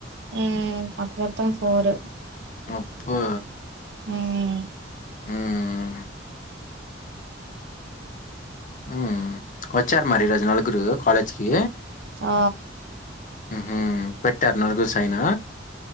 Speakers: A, on the right; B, on the left.
A: ఉమ్ మాకు మొత్తం, ఫోర్.
B: అబ్బో.
A: ఉమ్మ్.
B: మ్మ్ ఉమ్ కొచ్చారు మరి, ఈ రోజు నలుగురు కాలేజ్కి?
A: ఆ.
B: ఉహుమ్, పెట్టార్ <unintelligible> సైనా.